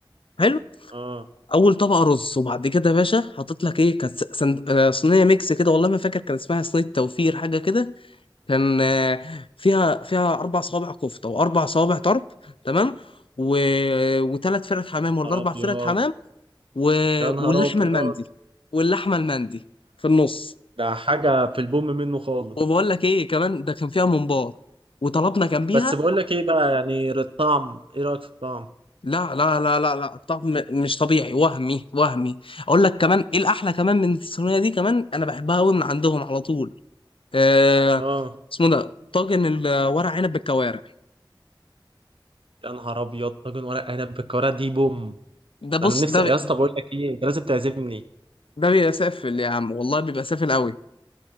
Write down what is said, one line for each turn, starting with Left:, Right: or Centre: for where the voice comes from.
Left: حلو
Right: اه
Left: اول طبقه رز وبعد كده يا باشا حاطط لك ايه كانت سند... آه، صينيه ميكس كده والله ما فاكر كان اسمها صينيه توفير حاجه كده كان آه، فيها فيها اربع صوابع كفته واربع صوابع طرب تمام و... وثلاث فرق حمام ولا
Right: نهار
Left: اربع
Right: ابيض
Left: فرق حمام و...
Right: يا نهار
Left: واللحمه
Right: ابيض
Left: المندي واللحمه المندي في النص
Right: ده حاجه في البوم منه خالص
Left: وبقول لك ايه كمان ده كان فيها ممبار وطلبنا جنبيها
Right: بس بقول لك ايه بقى يعني الطعم ايه رايك في الطعم
Left: لا لا لا لا لا طعم مش طبيعي وهمي وهمي اقول لك كمان ايه الاحلى كمان من الصينيه دي كمان انا بحبها قوي من عندهم على طول آه
Right: اه
Left: اسمه ده طاجن الورق عنب بالكوارع
Right: يا نهار ابيض طاجن ورق عنب بالكوارع دي بوم
Left: ده بص
Right: ده انا نفسي
Left: ده
Right: يا
Left: بي-
Right: اسطى بقول لك ايه انت لازم تعزمني
Left: ده بيبقى سافل يا عم والله بيبقى سافل قوي